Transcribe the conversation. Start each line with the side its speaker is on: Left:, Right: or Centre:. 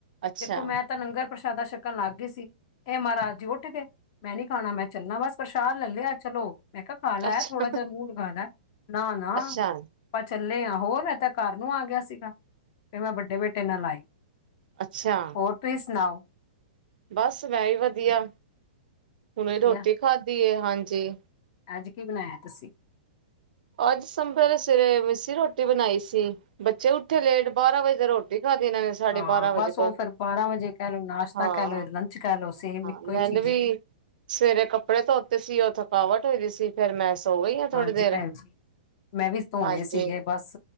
Right: ਅੱਛਾ
Left: ਦੇਖੋ ਮੈਂ ਤਾਂ ਲੰਗਰ ਪ੍ਰਸ਼ਾਦਾ ਸ਼ ਕਨ ਲਾਗੀ ਸੀ ਏ ਮਾਰਾਜ ਜੀ ਉੱਠ ਗਏ ਮੈਂ ਨੀ ਖਾਨਾ ਮੈਂ ਚੱਲਨਾ ਬਸ ਪ੍ਰਸ਼ਾਦ ਲੈ ਲਿਆ ਚਲੋ। ਮੈਂ ਕਿਆ ਖਾ ਲੈ
Right: ਅੱਛਾ
Left: ਥੋੜਾ ਜੇਹਾ ਮੂੰ ਲਗਾ ਲੈ ਨਾ-ਨਾ।
Right: ਅੱਛਾ
Left: ਆਪਾਂ ਚੱਲੇ ਆ, ਹੋਰ ਏ ਤਾਂ ਘਰ ਨੂੰ ਆ ਗਿਆ ਸੀਗਾ ਫੇ ਮੈਂ ਵੱਡੇ ਬੇਟੇ ਨਾਲ ਆਈ।
Right: ਅੱਛਾ।
Left: ਹੋਰ ਤੁਸੀਂ ਸੁਣਾਓ।
Right: ਬਸ ਮੈ ਵੀ ਵਧੀਆ ਹੁਣੇ
Left: ਵਧੀਆ
Right: ਰੋਟੀ ਖਾਦੀ ਹਾਂਜੀ
Left: ਅੱਜ ਕੀ ਬਣਾਇਆ ਤੁਸੀ।
Right: ਅੱਜ ਪਹਿਲੇ ਸਵੇਰੇ ਮੀਸੀ ਰੋਟੀ ਬਣਾਈ ਸੀ। ਬੱਚੇ ਉਠੇ ਲੇਟ ਬਾਰਾਂ ਵਜੇ ਤੇ ਰੋਟੀ ਖਾਦੀ ਇਹਨਾਂ ਨੇ। ਸਾਢੇ
Left: ਹਾਂ
Right: ਬਾਰਾਂ
Left: ਬਸ
Right: ਵਜੇ ਕੋਲ
Left: ਉਹ ਫੇਰ ਬਾਰਾਂ ਵਜੇ ਕਹਿ ਲੋੋ ਨਾਸ਼ਤਾ
Right: ਹਾਂ
Left: ਕਹਿ ਲਓ ਲੰਚ ਕਹਿ ਲਓ ਸੇਮ
Right: ਹਾਂ
Left: ਇੱਕੋ ਈ
Right: ਮੈਨੂੰ
Left: ਚੀਜ
Right: ਵੀ
Left: ਏ।
Right: ਸਵੇਰੇ ਕੱਪੜੇ ਧੋਤੇ ਸੀ ਉਹ ਥਕਾਵਟ ਹੋਈ ਵੀ ਸੀ। ਫੇਰ ਮੈ ਸੋ ਗਈ ਆ। ਥੋੜੀ
Left: ਹਾਂਜੀ
Right: ਦੇਰ
Left: ਭੈਣ ਜੀ ਮੈ ਵੀ ਧੋਣੇ
Right: ਹਾਂਜੀ
Left: ਸੀਗੇ। ਬਸ